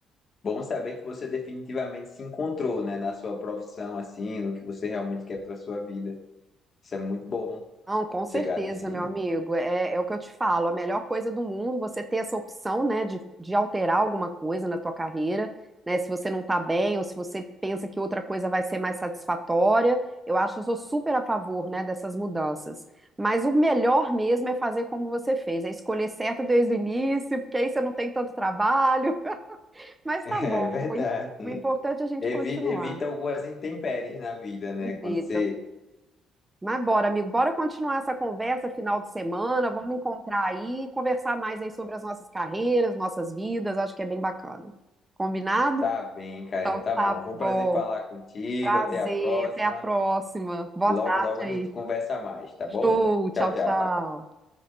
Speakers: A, on the left; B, on the right.
A: Bom saber que você definitivamente se encontrou, né, na sua profissão, assim, no que você realmente quer para sua vida. Isso é muito bom
B: Não, com certeza,
A: chegar desse.
B: meu amigo.
A: <laughs>
B: É, é o que eu te falo. A melhor coisa do mundo, você ter essa opção, né, de, de alterar alguma coisa na tua carreira, né? Se você não tá bem ou se você pensa que outra coisa vai ser mais satisfatória, eu acho que eu sou super a favor, né, dessas mudanças. Mas o melhor mesmo é fazer como você fez, é escolher certo desde o início, porque aí você não tem tanto trabalho. <laughs> Mas
A: É
B: tá bom.
A: verdade.
B: O im- o importante é a gente
A: Evita,
B: continuar.
A: evita algumas intempéries na vida,
B: Invita.
A: né? Quando você
B: Mas bora, amigo, bora continuar essa conversa final de semana, vamos encontrar aí, conversar mais aí sobre as nossas carreiras, nossas vidas, acho que é bem bacana. Combinado?
A: tá bem, Karen, tá
B: Tá
A: bom. Foi um
B: bom,
A: prazer falar contigo.
B: prazer,
A: Até a próxima.
B: até a próxima. Boa
A: Logo,
B: tarde
A: logo
B: aí.
A: a gente conversa mais, tá bom?
B: Show, tchau,
A: Tchau, tchau.
B: tchau.